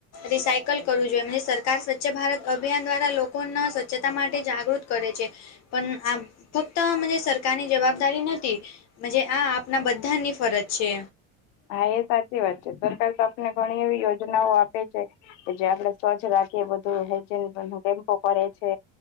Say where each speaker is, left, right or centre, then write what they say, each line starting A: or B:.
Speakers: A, on the left; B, on the left.
A: રિસાયકલ કરવું જોઈએ સરકાર સ્વચ્છ ભારત અભિયાન દ્વારા લોકોના સ્વચ્છતા માટે જાગૃત કરે છે. પણ આ ફક્ત મન્જે સરકારની જવાબદારી નથી. મજે આ આપના બધાની ફરજ છે.
B: હા એ સાચી વાત છે સરકાર તો આપને ઘણી એવી યોજનાઓ આપે છે. કે જે આપણેે સ્વજ રાખીએ બધું હેજ કેમ્પો કરે છે.